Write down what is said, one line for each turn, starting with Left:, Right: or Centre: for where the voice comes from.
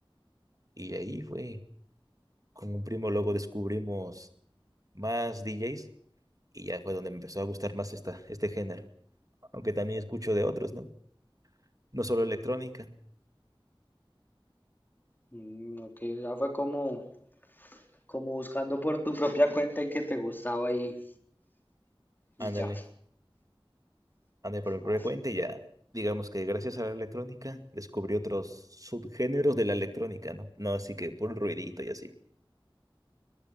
Right: y ahí fue, con un primo luego descubrimos más DJs y ya fue donde me empezó a gustar más esta, este género. Aunque también escucho de otros, ¿no? No solo electrónica.
Left: Mm, ok, ya fue como, como buscando por tu propia cuenta y que te gustaba y, y
Right: Ándale,
Left: ya.
Right: ándale por mi propia
Left: Ah,
Right: cuenta y ya, digamos que gracias a la electrónica descubrí otros subgéneros de la electrónica, ¿no? No así que puro ruidito y así.